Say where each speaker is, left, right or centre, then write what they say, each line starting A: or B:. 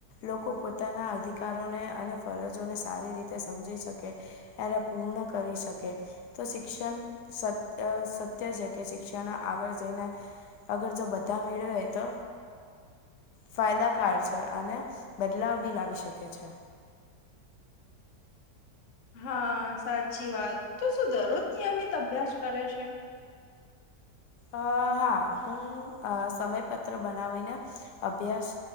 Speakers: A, on the left (about 80°); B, on the left (about 55°).
A: લોકો પોતાના અધિકારોને અને ફરજોને સારી રીતે સમજી શકે એને પૂર્ણ કરી શકે તો શિક્ષણ સત સત્ય છે કે શિક્ષણ આગળ જઈને અગર જો બધા મેળવે તો ફાયદાકાર છે અને બદલાવ બી લાવી શકે છે
B: હા સાચી વાત તો શું દરરોજ નિયમિત અભ્યાસ કરે છે
A: અ હા હું સમયપત્ર બનાવીને અભ્યાસ